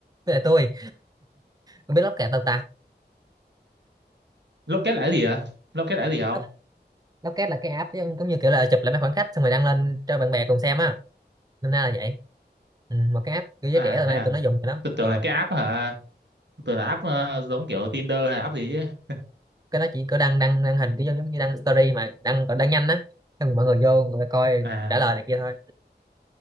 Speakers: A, on the right; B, on the right.
A: với lại tôi không biết lóc kẹt đâu ta
B: lốc kết là cái gì hả lốc kết là cái gì không
A: lóc lóc là cái app giống giống như kiểu là chụp lại mấy khoảnh khắc xong rồi đăng lên cho bạn bè cùng xem á nên ra là vậy ừ, một cái app kiểu giới
B: à
A: trẻ hôm
B: thế
A: nay
B: à
A: tôi nó dùng nhiều lắm
B: tôi tưởng
A: ờ
B: là cái app hả tưởng là app ờ, giống kiểu Tinder hay app gì chứ
A: cái nó chỉ có đăng đăng đăng hình cái giống giống như đăng story mà đăng còn đăng nhanh á xong rồi mọi người vô người ta coi
B: à
A: trả lời này kia thôi